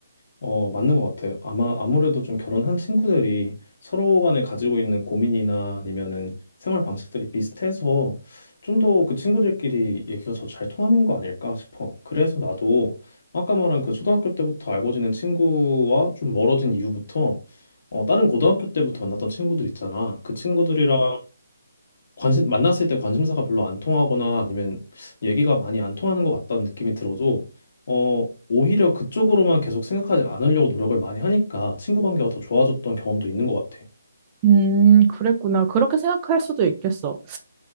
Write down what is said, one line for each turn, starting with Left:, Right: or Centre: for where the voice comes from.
Left: 어, 맞는 것 같아요. 아마 아무래도 좀 결혼한 친구들이 서로 간에 가지고 있는 고민이나 아니면은 생활 방식들이 비슷해서 좀 더 그 친구들끼리 얘기가 더 잘 통하는 거 아닐까 싶어. 그래서 나도 아까 말한 그 초등학교 때부터 알고 지낸 친구와 좀 멀어진 이유부터 어, 다른 고등학교 때부터 만났던 친구들 있잖아. 그 친구들이랑 관심, 만났을 때 관심사가 별로 안 통하거나 아니면 얘기가 많이 안 통하는 것 같다는 느낌이 들어도, 어, 오히려 그쪽으로만 계속 생각하지 않으려고 노력을 많이 하니까 친구 관계가 더 좋아졌던 경험도 있는 것 같아.
Right: 음, 그랬구나. 그렇게 생각할 수도 있겠어.